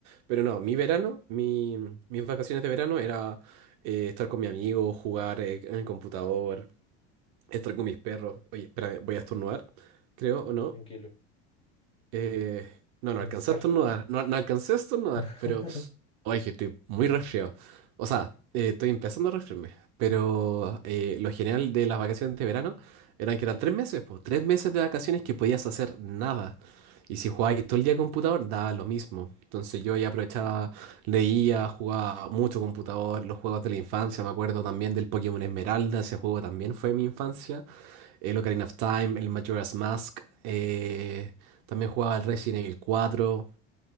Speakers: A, on the right; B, on the left.
A: Pero no, mi verano, mi, mm, mis vacaciones de verano era eh, estar con mi amigo, jugar eh, en el computador, estar con mis perros. Oye, espérame, voy a estornudar, creo, ¿o no?
B: Tranquilo.
A: Eh, no, no
B: Pensar.
A: alcancé a estornudar. No, no alcancé a estornudar,
B: <laughs>
A: pero. Oye, que estoy muy resfriado. O sea, eh, estoy empezando a resfriarme. Pero eh, lo genial de las vacaciones de verano eran que eran tres meses, pues. Tres meses de vacaciones que podías hacer nada. Y si jugabas todo el día computador, daba lo mismo. Entonces yo ahí aprovechaba, leía, jugaba mucho computador, los juegos de la infancia. Me acuerdo también del Pokémon Esmeralda, ese juego también fue mi infancia eh, el Ocarina of Time, el Majora's Mask. eh, también jugaba el Resident Evil 4.